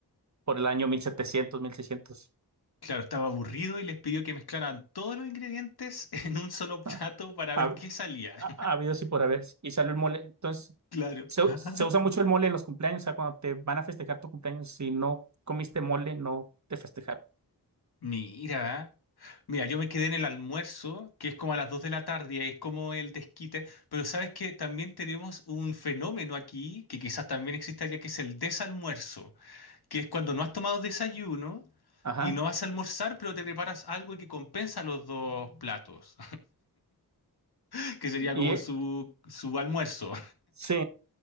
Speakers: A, on the right; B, on the left.
A: por el año 1700, 1600.
B: Claro, estaba aburrido y les pidió que mezclaran todos los ingredientes <laughs> en un solo
A: <laughs>
B: plato para
A: Ha,
B: ver qué salía.
A: ha- ha habido sí por haber. Y salió el mole. Entonces,
B: Claro.
A: se,
B: <laughs>
A: se usa mucho el mole en los cumpleaños. O sea, cuando te van a festejar tu cumpleaños, si no comiste mole, no te festejaron.
B: Mira, mira, yo me quedé en el almuerzo, que es como a las 2 de la tarde, y ahí es como el desquite, pero sabes que también tenemos un fenómeno aquí, que quizás también existe allá, que es el desalmuerzo, que es cuando no has tomado desayuno
A: Ajá.
B: y no vas a almorzar, pero te preparas algo que compensa los dos platos, <laughs> que sería
A: Y
B: como
A: eh,
B: su, su almuerzo.
A: sí,